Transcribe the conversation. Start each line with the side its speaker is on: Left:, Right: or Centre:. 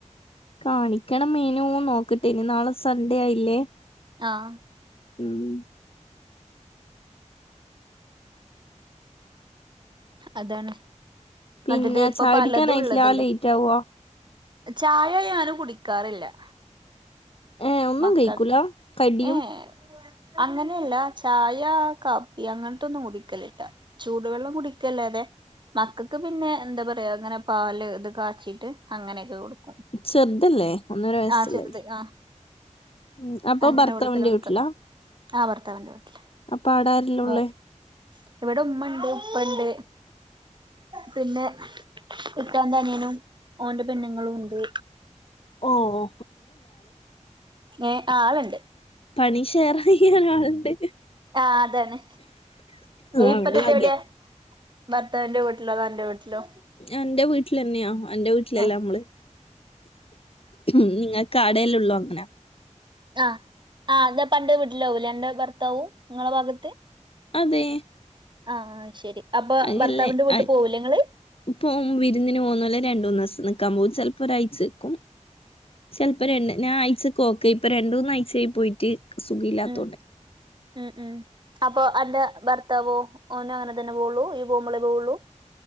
Left: കാണിക്കണം മേനോ നോക്കട്ടേ നി നാളെ സൺഡേ ആയില്ലേ
Right: ആഹ്
Left: ഉം
Right: അതാണ്.
Left: പിന്നെ
Right: മറ്റത് ഇപ്പൊ
Left: ചായുടിക്കാനായിട്ടില്ല
Right: പലതും ഉള്ളതല്ലേ
Left: ലേറ്റ് ആവോ
Right: ചായ ഞാനും കുടിക്കാറില്ല.
Left: ഏ ഒന്നും
Right: മക്കൾ
Left: കഴിക്കൂല കടിയും
Right: ഏഹ്.. അങ്ങനെയല്ല. ചായ കാപ്പി അങ്ങനത്തൊന്നും കുടിക്കലില്ല. ചൂടുവെള്ളം കുടി ക്കല്ലാതെ മക്കൾക്ക് പിന്നെ എന്താ പറയാ അങ്ങനെ പാല് ഇത് കാച്ചിട്ട് അങ്ങനെയൊക്കെ കൊടുക്കും.
Left: ചെർതല്ലേ ഒന്നര വയസ്സുള്ള
Right: ആഹ് ചെറുത് ആഹ്
Left: ഉ അപ്പൊ
Right: അങ്ങനെ
Left: ഭർത്താവിന്റെ
Right: കൊടുക്കല നമുക്ക്
Left: വീട്ടിലാ
Right: ആഹ് ഭർത്താവിന്റെ വീട്ടില്
Left: അപ്പൊ അടാരല്ല
Right: മോ
Left: ഉള്ളേ
Right: ഇവിടെ ഉമ്മ ണ്ട് ഉപ്പ ണ്ട് പിന്നെ ഇക്കാന്റെ അനിയനും ഓന്റെ പെണ്ണുങ്ങളും ഉണ്ട്.
Left: ഓഹ്
Right: ഏ ആളുണ്ട്
Left: പണി ഷെയറയാൻ ആള് ണ്ട്
Right: ആ അതാണ് ഇപ്പത്തെ
Left: അവണ്ട് ഭാഗ്യം
Right: എവിടെയാ? ഭർത്താവിന്റെ വീട്ടിലോ അതോ അന്റെ വീട്ടിലോ
Left: എന്റെ വീട്ടിൽ ന്നെയോ എന്റെ വീട്ടിലല്ല
Right: ആഹ്
Left: നമ്മള് ഉ ങ്ങൾക്ക് അടല്ലേ ഉള്ളൂ അങ്ങനെ
Right: അ ഇജ്ജ് അപ്പന്റെ വീട്ടിൽ ആവുലെ അന്റെ ഭർത്താവും നിങ്ങളെ ഭാഗത്ത്
Left: അതെ
Right: ആഹ് ശരി അപ്പൊ
Left: അയിനില്ലേ
Right: ഭർത്താവിന്റെ വീട്ട്
Left: അഹ്
Right: പോവൂലേ ഇങ്ങള്
Left: ഇപ്പൊ വിരുന്നിന് പോകുന്നല്ലെ രണ്ടൂന്ന് ദിവസം നിൽക്കാൻ പോ ചിലപ്പോ ഒരാഴ്ചെക്കും ചിലപ്പോ രണ്ട് ഞാൻ ആയിചക്ക് പോക്ക് ഇപ്പൊ രണ്ട് മൂന്നഴ്ച ആയി പോയിട്ട് സുഖ ഇല്ലാത്തോണ്ട്
Right: ഉം ഉം ഉം അപ്പൊ അന്റെ ഭർത്താവോ ഓന് അങ്ങനെ തന്നെ പോവളൂ ഈ പോുമ്പോളേ പോവുള്ളൂ